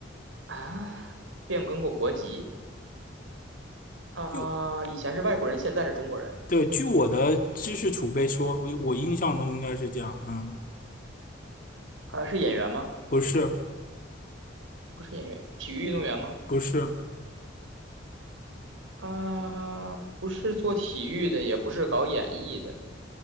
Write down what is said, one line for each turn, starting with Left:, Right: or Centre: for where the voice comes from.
Right: 啊？变更过国籍啊？
Left: 就
Right: 以前是外国人，现在是中国人
Left: 对，据我的知识储备说，我我印象中应该是这样。嗯，
Right: 啊？是演员吗？
Left: 不是，
Right: 不是演员，体育运动员吗？
Left: 不是，
Right: 啊，不是做体育的，也不是搞演艺的，